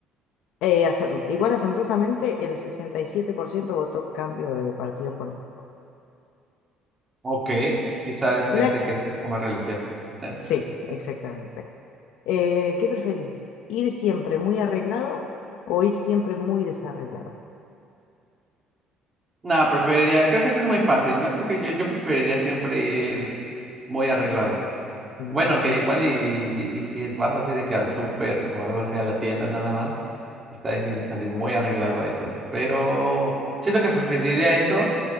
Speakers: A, on the left; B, on the right.
A: Eh, aso- igual asombrosamente, el 67% votó cambio de partido político.
B: Ok, quizás
A: La
B: es gente
A: que-
B: que es un poco más religiosa. <laughs>
A: sí, exactamente. Eh, ¿qué preferís? ¿Ir siempre muy arreglado o ir siempre muy desarreglado?
B: No, preferiría, creo que eso es muy fácil, ¿no? Creo que yo, yo preferiría siempre ir muy arreglado.
A: Sí,
B: Bueno, aunque
A: sí, sí,
B: igual
A: no.
B: y, y- y si es, vas así de que al súper o algo así a la tienda nada más, está difícil salir muy arreglado a eso. Pero siento que preferiría eso.